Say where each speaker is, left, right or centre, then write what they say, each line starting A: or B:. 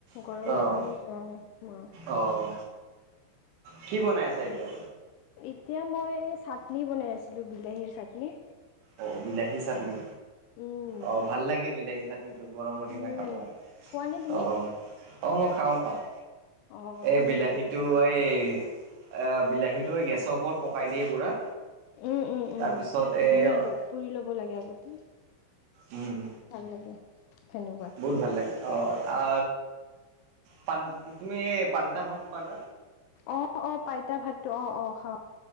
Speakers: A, on the right; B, on the left.
A: অ',
B: গৰমৰ আমি যোৱা নাই।
A: অ', কি বনাই আছা এতিয়া?
B: এতিয়া মই চাটনি বনাই আছিলো বিলাহীৰ চাটনি
A: অ বিলাহী চাটনি
B: উম,
A: অ ভাল লাগে বিলাহী চাটনিটো গৰমৰ দিনা
B: উম,
A: খাব আহ
B: খোৱানে তুমি
A: অ মই খাওঁ খাওঁ
B: অঁ
A: এই
B: ভাল
A: বিলাহীটো
B: লাগে ন
A: এই এ বিলাহীটো গেছৰ ওপৰত পকাই দিয়ে পুৰা
B: উম, উম, উম,
A: তাৰপিছত এ
B: পুৰি ল পুৰি লব লাগে আগতে
A: উম,
B: ভাল লাগে। সেনেকুৱা
A: বহুত ভাল লাগে অ আ পান তুমি পান্তা ভাত খোৱা ন
B: অ অ পাইতা ভাতটো অ অ খাওঁ